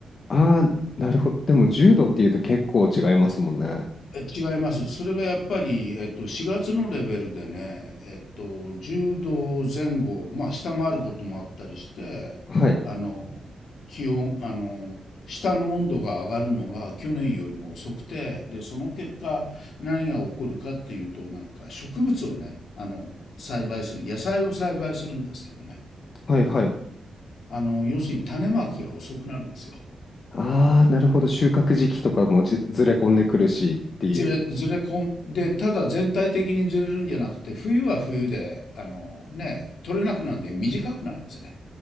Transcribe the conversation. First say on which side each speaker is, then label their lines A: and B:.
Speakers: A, on the left (about 40°); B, on the left (about 75°).
A: ああ、なるほど。でも、10度っていうと結構違いますもんね。
B: え、違います。それがやっぱり、えっと、4月のレベルでね、えっと、10度前後、まあ、下回ることもあったりして、
A: はい。
B: あの、気温、あの、下の温度が上がるのが去年よりも遅くて、で、その結果、何が起こるかっていうと、なんか植物をね、あの、栽培する、野菜を栽培するんですけどね、
A: はい。はい。
B: あの、要するに種まきが遅くなるんですよ。
A: ああ、なるほど。収穫時期とかもず、ずれ込んでくるしっていう。
B: ずれ、ずれ込んで、ただ全体的にずれるんじゃなくて、冬は冬で、あのね、取れなくなるんで短くなるんですね。